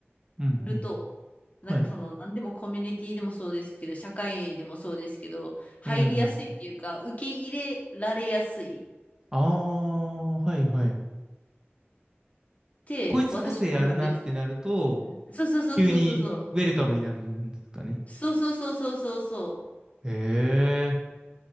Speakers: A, on the right (about 15°); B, on the left (about 35°).
A: うん、
B: ると、
A: うん。
B: なんかその、
A: はい。
B: 何でもコミュニティでもそうですけど、社会でもそうですけど、入りやすいっていうか、
A: うん。
B: 受け入れられやすいっ
A: ああ、はい、はい。
B: て私思うんですよ。
A: こいつ個性あるなってなると、
B: そうそうそうそうそうそう。
A: 急にウェルカムになるんですかね。
B: そうそうそうそうそうそ
A: ええ